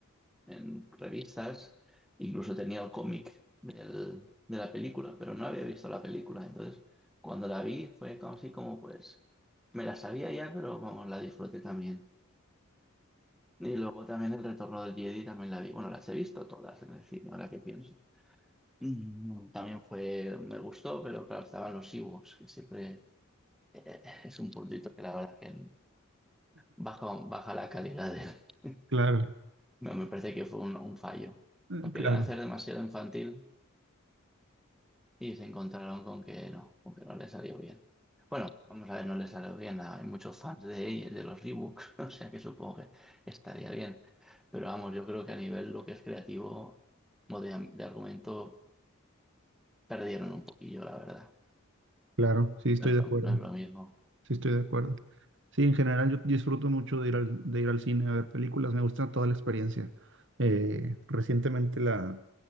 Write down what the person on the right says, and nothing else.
claro,
eh,
claro,
claro, sí estoy
de
acuerdo,
sí estoy de acuerdo. Sí, en general yo disfruto mucho de ir al, de ir al cine a ver películas, me gusta toda la experiencia. Eh, recientemente la,